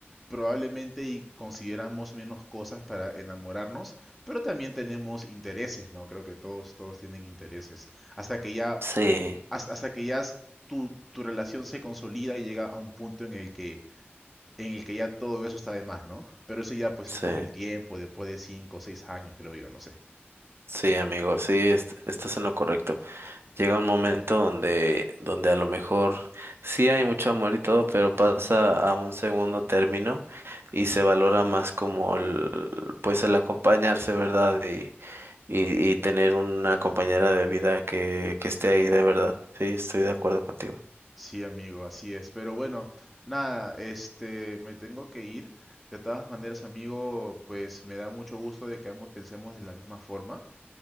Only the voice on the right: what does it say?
Sí.
Sí.
Sí, amigo, sí, est- estás en lo correcto. Llega un momento donde, donde a lo mejor sí hay mucho amor y todo, pero pasa a un segundo término y se valora más como el, pues el acompañarse, ¿verdad? Y, y, y tener una compañera de vida que, que esté ahí de verdad. Sí, estoy de acuerdo contigo.